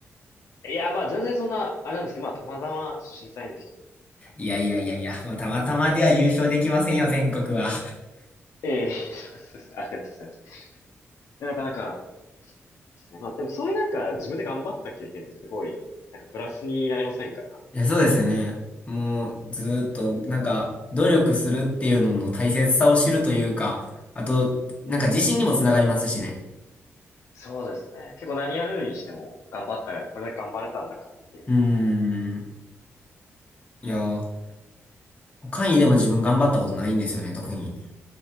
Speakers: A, on the left; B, on the left.
A: いや、まあ全然そんな、あれなんですけど、まあたまたまちょっと審査員の人に会ってみたいな、
B: いやいやいやいや、
A: だと思うんですけど。
B: まあたまたまでは優勝できませんよ、全国は。
A: ええ <laughs> そうですね。ありがとうございます。やっぱなんか、そうですね。まあでもそういうなんか自分で頑張った経験ってすごい、なんかプラスになりませんかね、あとは。
B: いや、そうですよね。もう、ずーっと、なんか、努力するっていうのの大切さを知るというか、あと、なんか自信にもつながりますしね。
A: そうですね。結構何やるにしても頑張った、これだけ頑張れたんだからっていうのはありそうです。
B: うーん。いやー、他にでも自分頑張ったことないんですよね、特に。